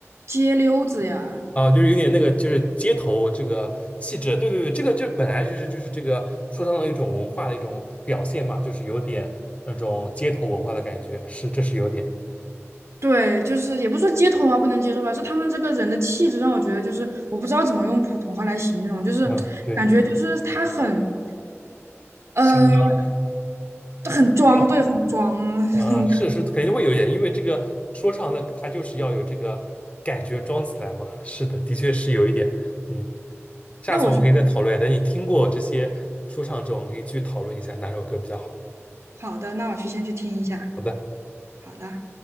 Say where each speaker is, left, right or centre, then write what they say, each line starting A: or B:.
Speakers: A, on the right (about 65°); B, on the left (about 25°).
A: 街溜子呀。
B: 啊，就是有点那个，就是街头这个气质，对对对，这个就本来就是就是这个说唱的一种文化的一种表现嘛，就是有点那种街头文化的感觉，是这是有点，
A: 对，就是也不说街头啊不能接受吧，就他们这个人的气质让我觉得就是我不知道怎么用普通话来形容，就是感觉就是他很
B: 嗯，对，
A: 呃
B: 新疆
A: 很装，
B: 调，
A: 对，很装 <laughs>
B: 嗯，
A: 那种感觉。
B: 是是肯定会有一点，因为这个说唱的它就是要有这个感觉装起来嘛，是的，的确是有一点，嗯，下次我们可以再讨论一下，
A: 那我去
B: 等你听过这些说唱之后，我们可以继续讨论一下哪首歌比较好。
A: 好的，那我去先去听一下，
B: 好的。
A: 好的。